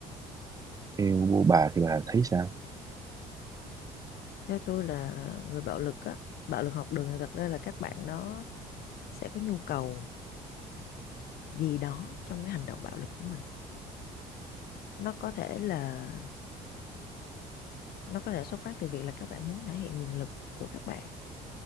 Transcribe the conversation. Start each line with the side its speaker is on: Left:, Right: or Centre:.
Right: theo bà thì bà thấy sao
Left: theo tôi là người bạo lực á bạo lực học đường thì thật ra là các bạn đó sẽ có nhu cầu gì đó trong cái hành động bạo lực của mình nó có thể là nó có thể xuất phát từ việc là các bạn muốn thể hiện quyền lực của các bạn